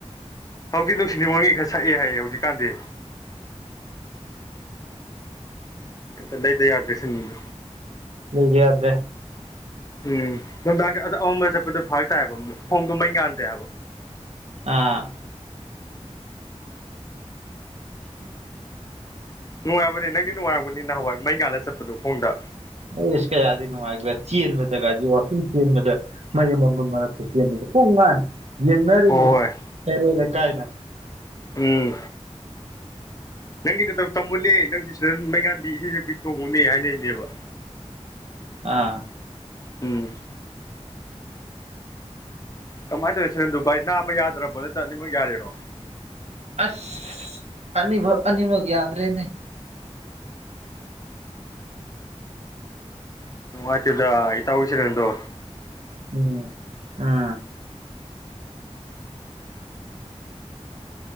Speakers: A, on the left (about 30°); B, on the right (about 65°).
A: ꯍꯧꯖꯤꯛꯇꯤ ꯅꯨꯡꯁꯤꯠ ꯅꯤ ꯃꯡꯒꯤ ꯈꯔ ꯁꯛꯑꯦ ꯍꯥꯏꯌꯦ ꯍꯧꯖꯤꯛꯀꯥꯟꯗꯤ ꯇ ꯂꯩꯗ ꯌꯥꯗ꯭ꯔꯔꯤ ꯁꯤꯟꯗ
B: ꯁꯤꯗꯤꯗ꯭ꯔꯦ
A: ꯎꯝ ꯅꯨꯡꯗꯥꯡꯁ ꯑꯑꯝꯕ ꯆꯠꯄꯗꯣ ꯐꯔ ꯇꯥꯏꯕ ꯈꯣꯡꯗ ꯃꯩ ꯉꯥꯟꯗꯦ ꯍꯥꯏꯕ
B: ꯑꯥ <inaudible>
A: ꯅꯨꯡꯉꯥꯏꯕꯅꯦ ꯅꯪꯗꯤ ꯅꯨꯡꯉꯥꯏꯔꯝꯕꯅꯤ ꯅꯍꯋꯥꯏ ꯃꯩ ꯉꯥꯜꯂ ꯆꯠꯄꯗꯣ ꯈꯣꯡꯗ
B: ꯌꯁ ꯀꯥꯏ ꯅꯨꯪꯉꯥꯏꯈꯔ꯭ꯦ ꯆꯟ ꯃꯗꯒ ꯋꯥꯀꯤꯡ ꯆꯦꯟꯕꯗꯥ ꯃꯔꯛꯇ ꯌꯦꯡꯉꯗ ꯄꯨꯡ ꯃꯥꯅꯤ ꯌꯦꯡꯅꯔꯤꯅꯤ
A: ꯍꯣꯏ ꯍꯣꯏ
B: ꯀꯔꯣ ꯂꯩ ꯀꯥꯏꯅ
A: ꯎꯝ ꯅꯪꯒꯤ ꯅꯧ ꯇꯝꯃꯨꯅꯦ ꯅꯪꯁꯨ ꯁꯤꯗ ꯃꯩꯉꯥꯟꯕꯤ ꯏꯁꯩ ꯁꯛꯄꯤ ꯇꯣꯡꯉꯨꯅꯦ ꯍꯥꯏꯅꯔꯤꯅꯦꯕ <inaudible>
B: ꯑꯥ
A: ꯎꯝ ꯀꯃꯥꯏꯅ ꯇꯧꯔꯤꯤ ꯁꯔꯟꯗꯨ ꯚꯥꯏ ꯅꯥ ꯑꯃ ꯌꯥꯗ꯭ꯔꯕꯣ ꯅꯠꯇ ꯑꯅꯤꯃꯛ ꯌꯥꯔꯤꯔꯣ
B: ꯑꯁ ꯑꯅꯤꯐ ꯑꯅꯤꯃꯛ ꯌꯥꯗ꯭ꯔꯦꯅꯦ
A: ꯃꯇꯗ ꯏ ꯇꯥꯎ ꯍꯁꯔ ꯅꯣ
B: ꯎꯝ ꯑꯥ